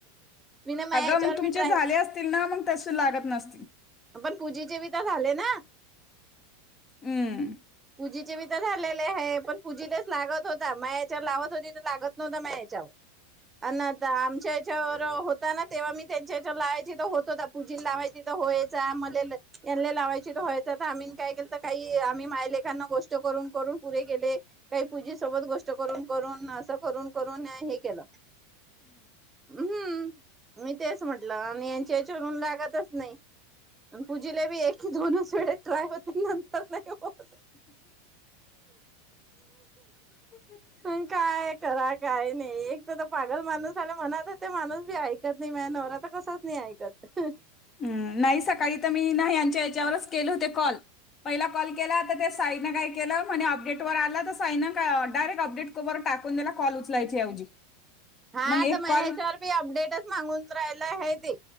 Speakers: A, on the right (about 15°); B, on the left (about 30°).
A: मी ना माझ्या
B: अगं
A: याच्यावर
B: मग तुमचे
A: बी ट्राय
B: झाले असतील ना, मग तशे लागत नसतील.
A: पण पूजेचे भी तर झाले ना.
B: हम्म.
A: पूजीचे बी तर झालेले हे, पण पूजीच्यात लागत होता माया येच्यावर लावत होती, तर लागत नव्हता मायाच्यावर.
B: <unintelligible>
A: अन आता आमच्या हेच्यावर होता ना तेव्हा मी त्यांच्या हेच्यावर लावायची तर होत होता, पूजील लावायची तर व्हायचा, मले लो यांले लावायचे तर व्हाय <unintelligible> आम्ही काय केलतो काही आम्ही माय ले त्यांना गोष्ट करून करून पुरे केेले, काही पूजे सोबत गोष्ट करून करून, असं करून करून हे केल, हम्म. मी तेच म्हंटलं आणि यांच्या हेच्यावरून लागतच नाही. म पूजीला बी एके दोनच वेळे ट्राय होते, नंतर नाही होत.
B: <unintelligible>
A: पण काय कराय काय नाही, एक तर पागल माणूस आला म्हनत होते माणूस मी ऐकत नाही माया नव म आता कसच नाही ऐकत
B: हम्म. नाही सकाळी तुम्ही ल्हायांच्या हेच्यावरच केले होते कॉल पहिला कॉल केला होता, ते साईनं काय केलं? म्हणे अपडेटवर आलं त साई नां का अ डायरेक अपडेट <unintelligible> टाकून दिला कॉल उचलायचे ऐवजी.
A: हा
B: मग
A: तर
B: एक
A: म्हाया
B: कॉल
A: हेच्यावर बी अपडेटच म्हांगून राहाला हाय ते.